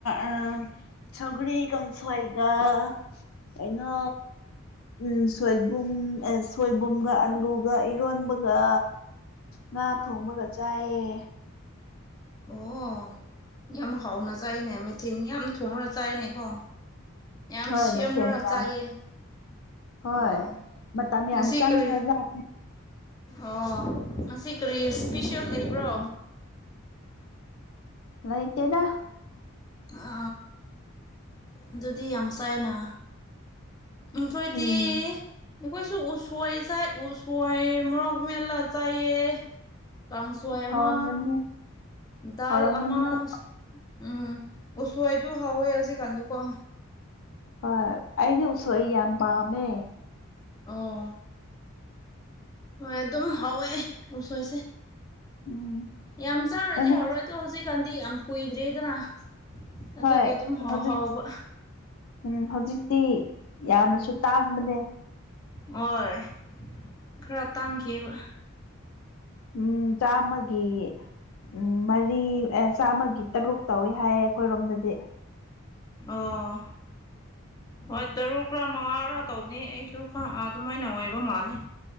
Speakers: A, on the left (about 75°); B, on the left (about 20°).
A: ꯑ ꯁꯒꯔꯤ ꯀꯪꯁꯋꯥꯏꯒ ꯑꯩꯅ ꯎꯝ ꯁꯣꯏꯕꯨꯝ ꯁꯣꯏꯕꯨꯝꯒ ꯑꯂꯨꯒ ꯏꯔꯣꯟꯕꯒ ꯉꯥ ꯊꯣꯡꯕꯒ ꯆꯥꯏꯌꯦ
B: ꯑꯣ ꯌꯥꯝ ꯍꯥꯎꯅ ꯆꯥꯏꯅꯦ ꯃꯩꯊꯤꯟ ꯌꯥꯝ ꯊꯣꯡꯅ ꯆꯥꯏꯅꯦꯀꯣ ꯌꯥꯝ
A: ꯍꯣꯏ
B: ꯁꯦꯝꯂꯒ
A: ꯃꯊꯦꯜ ꯌꯥꯝ
B: ꯆꯥꯏꯌꯦ
A: ꯍꯣꯏ
B: ꯑꯣ
A: ꯃꯇꯝ
B: ꯉ
A: ꯌꯥꯝ
B: ꯁꯤ
A: ꯆꯪꯈ꯭ꯔꯖꯥꯠꯅꯤ
B: ꯀꯔꯤ ꯑꯣ ꯉꯁꯤ ꯀꯔꯤ ꯏꯁꯄꯤꯁꯦꯜ ꯂꯩꯕ꯭ꯔꯣ
A: ꯂꯩꯣꯏꯇꯗ
B: ꯑ ꯑꯗꯨꯗꯤ ꯌꯥꯝꯁꯥꯏꯅ ꯑꯩꯈꯣꯏꯗꯤ
A: ꯎꯝ
B: ꯑꯩꯈꯣꯏꯁꯨ ꯎꯁꯣꯏ ꯆꯥꯏ ꯎꯁꯣꯏ ꯃꯣꯔꯣꯛ ꯃꯦꯂꯥ ꯆꯥꯏꯑ ꯀꯥꯡꯁꯣꯏ ꯑꯃ
A: ꯍꯥꯎꯔꯝꯒꯅꯤ
B: ꯗꯥꯜ
A: ꯍꯥꯎꯔꯝꯒꯅꯤꯀꯣ
B: ꯑꯃ ꯎꯝ ꯄꯨꯁꯨꯗꯨ ꯍꯥꯎꯋꯦ ꯍꯧꯖꯤꯛꯀꯥꯟꯗꯨꯀꯣ
A: ꯍꯣꯏ ꯑꯩꯗꯤ ꯎꯁꯣꯏ ꯌꯥꯝ ꯄꯥꯝꯃꯦ
B: ꯑꯎ ꯍꯣꯏ ꯑꯗꯨꯝ ꯍꯧꯋꯦ ꯎꯁꯣꯏꯁꯦ
A: ꯎꯝ
B: ꯌꯥꯝ ꯆꯥꯔꯗꯤ
A: ꯅꯪꯗꯤ
B: ꯍꯧꯔꯣꯏ ꯑꯗꯣ ꯍꯧꯖꯤꯛꯀꯥꯟꯗꯤ ꯌꯥꯝ ꯀꯨꯏꯗ꯭ꯔꯦꯗꯅ ꯑꯗꯨꯒꯤ
A: ꯍꯣꯏ
B: ꯑꯗꯨꯝ ꯍꯥꯎ
A: ꯍꯧꯖꯤꯛ
B: ꯍꯥꯎꯕ
A: ꯎꯝ ꯍꯧꯖꯤꯛꯇꯤ ꯌꯥꯝꯅꯁꯨ ꯇꯥꯡꯕꯅꯦ
B: ꯍꯣꯏ ꯈꯔ ꯇꯥꯡꯈꯤꯕ
A: ꯎꯝ ꯆꯥꯃꯒꯤ ꯎꯝ ꯃꯔꯤ ꯆꯥꯝꯃꯒꯤ ꯇꯔꯨꯛ ꯇꯧꯋꯦ ꯍꯥꯏꯌꯦ ꯑꯩꯈꯣꯏꯔꯣꯝꯗꯗꯤ
B: ꯑꯣ ꯍꯣꯏ ꯇꯔꯨꯛ ꯂꯥ ꯃꯉꯥꯔ ꯇꯧꯕꯅꯤ ꯑꯩꯁꯨ ꯈ ꯑꯗꯨꯃꯥꯏꯅ ꯑꯣꯏꯕ ꯃꯥꯜꯂꯦ